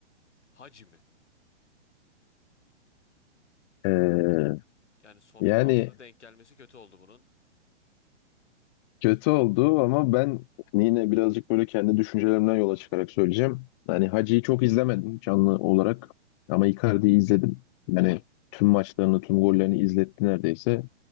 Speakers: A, on the left (about 85°); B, on the left (about 25°).
A: Hacı mi?
B: Ee,
A: Yani son
B: yani
A: 16'da denk gelmesi kötü oldu bunun.
B: kötü oldu ama ben yine birazcık böyle kendi düşüncelerimden yola çıkarak söyleyeceğim. Yani Hacı'yı çok izlemedim canlı olarak ama Icardi'yi izledim. Yani tüm maçlarını, tüm gollerini izletti neredeyse.